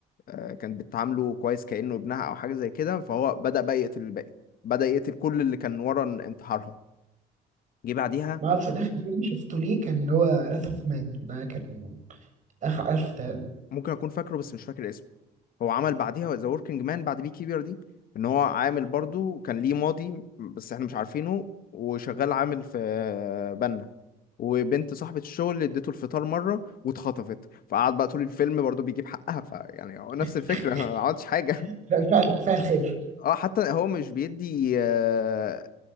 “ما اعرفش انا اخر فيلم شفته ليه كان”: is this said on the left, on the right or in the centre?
Right